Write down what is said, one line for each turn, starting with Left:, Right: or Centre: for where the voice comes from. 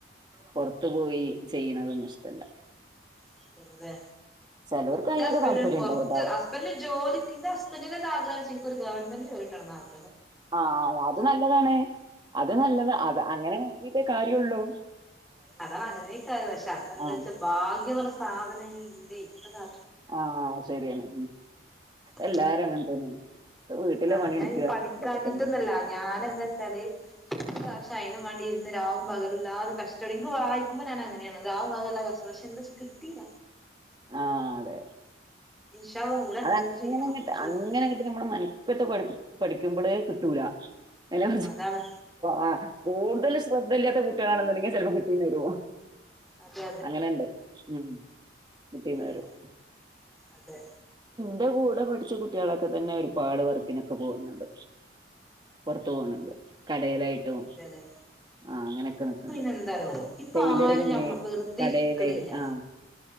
Right: പൊറത്തു പോയി ചെയ്യണതൊന്നും ഇഷ്ടല്ല
Centre: ഇഷ്ടല്ല ലേ
Right: ചെലോർക്ക്
Centre: ഇന്റെ
Right: അയിനൊക്കെ
Centre: ഹസ്ബെന്റിന്
Right: താല്പര്യം
Centre: പൊറത്ത്
Right: ഉണ്ടാവുട്ടോ
Centre: ഹസ്ബെന്റിന് ജോലിക്ക് ഇൻ്റെ ഹസ്ബെന്റിന് എന്താ ആഗ്രഹ എനിക്ക് ഒരു ഗവൺമെന്റ് ജോലി കിട്ടണന്നാ ആ
Right: ആ അല്ല അത് നല്ലതാണ്. അത് നല്ലതാ അത് അങ്ങനെ നോക്കീട്ടേ കാര്യുള്ളൂ.
Centre: അതാണ് അങ്ങനെക്ക പക്ഷെ അതെന്താച്ചാ
Right: ആഹ്
Centre: ഭാഗ്യം പറഞ്ഞ സാധനം ഇല്ലേ. അതാ.
Right: ആ ശരിയാണ്.
Centre: ആ
Right: എല്ലാരും അങ്ങനെ തന്നെയാണ് ഇപ്പൊ വീട്ടിലെ
Centre: ആ
Right: പണിയെടുക്കുക
Centre: ഞാൻ പഠിക്കഞ്ഞിട്ടൊന്ന്വല്ല
Right: ഇതൊക്കെ തന്നെ
Centre: ഞാൻ ഞാൻ എന്താച്ചാല് <unintelligible> ഷ അയിനും വേണ്ടി ഇരുന്ന് രാവും പകലുല്ലാതെ കഷ്ടടെ ക്ക് വായിക്കുമ്പോ ഞാൻ അങ്ങനെയാണ് രാവും പകലുവല്ലാം കഷ്ടപ്പെട് പക്ഷെ എന്താച്ച കിട്ടീല.
Right: ആ അതെ
Centre: ഇൻഷാ അള്ളാ ഒന്നൂടെ അറ്റംപ്റ്റ്
Right: അതങ്ങനെങ്ങിട്ട്
Centre: ചെയ്യണം ശ്രമിക്കണം
Right: അങ്ങനെ കിട്ട് നമ്മള് മെനക്കെട്ടു പഠിപ്പ പഠിക്ക യ്കുമ്പളേ കിട്ടൂല. അനെ
Centre: അതാണ്
Right: ആ കൂടുതൽ ശ്രദ്ധയില്ലാത്ത കുട്ടികളാണെന്നുണ്ടെങ്കിൽ ചെൽപ്പോ കിട്ടീന്ന് വരും
Centre: അതെ
Right: അങ്ങനെണ്ട് ഉം. കിട്ടീന്ന് വരും
Centre: ആ അതെ.
Right: ന്റെ കൂടെ പഠിച്ച കുട്ടികളൊക്കെ തന്നെ ഒരുപാട് വർക്കിനൊക്കെ പോകുന്നുണ്ട്. പൊറത്തു പോണണ്ട്. ടേലായിട്ടും
Centre: അതെല്ലേ
Right: ആ അങ്ങനൊക്കെ നിക്കണ്ട്
Centre: ഇപ്പൊ അയിനെന്താറിയോ ഇപ്പൊ
Right: ടൈലറിങ്,
Centre: ആരും ഞമ്മ വെറുതെ
Right: കടേല്
Centre: ഇരിക്കണില്ല
Right: ആ.